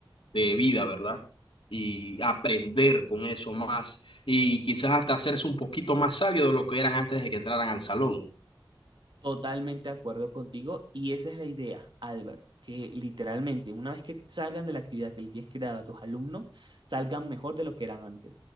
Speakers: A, on the left; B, on the right.
A: de vida, ¿verdad? Y aprender con eso más y quizás hasta hacerse un poquito más sabio de lo que eran antes de que entraran al salón.
B: Totalmente de acuerdo contigo y esa es la idea, Albert, que literalmente una vez que salgan de la actividad que le tienes creada a tus alumnos, salgan mejor de lo que eran antes.